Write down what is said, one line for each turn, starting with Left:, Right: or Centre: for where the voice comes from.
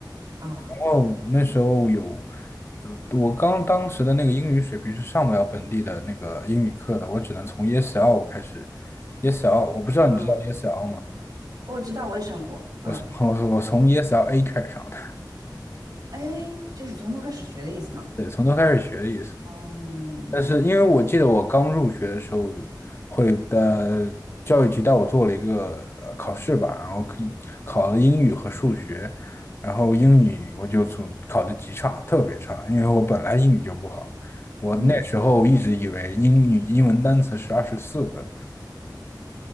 Right: 啊
Left: 哦，那时候有，呃，我刚当时的那个英语水平是上不了本地的那个英语课的，我只能从 ESL 开始，ESL 我不知道你知道
Right: 啊，
Left: ESL 吗？
Right: 我知道我也上过，嗯，
Left: 我是我我从 ESL A 开始上的，
Right: 哎，就是从头开始学的意思吗？
Left: 对，从头开始学的意思。
Right: 嗯
Left: 但是因为我记得我刚入学的时候，会的教育局带我做了一个呃考试吧，然后可以考了英语和数学，然后英语我就从考的极差，特别差，因为我本来英语就不好，我那时候一直以为英语英文单词是二十四个，
Right: 嗯，